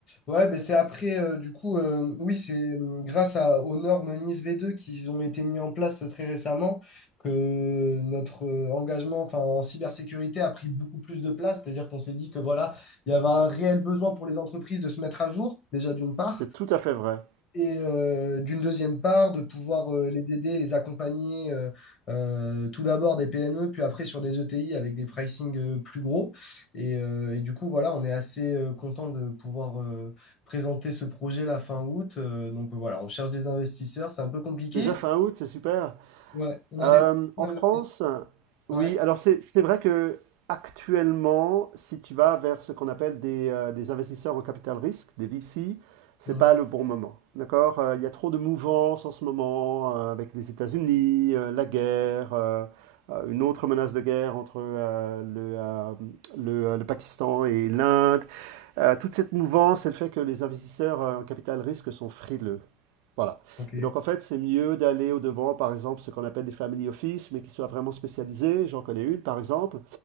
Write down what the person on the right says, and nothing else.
C'est tout à fait vrai.
Déjà fin août, c'est super.
Euh,
en
France, oui,
alors c'est c'est vrai que actuellement, si tu vas vers ce qu'on appelle des, euh, des investisseurs en capital risque, des VC, c'est
pas le bon moment. D'accord? Euh, Il y a trop de mouvances en ce moment euh, avec les États-Unis, euh, la guerre, euh, euh, une autre menace de guerre entre euh, le, euh, le, euh, le Pakistan et l'Inde. Euh, toute cette mouvance, elle fait que les investisseurs euh, en capital risque sont frileux. Voilà.
Et donc, en fait, c'est mieux d'aller au-devant, par exemple, ce qu'on appelle des family office, mais qui soient vraiment spécialisés. J'en connais une, par exemple,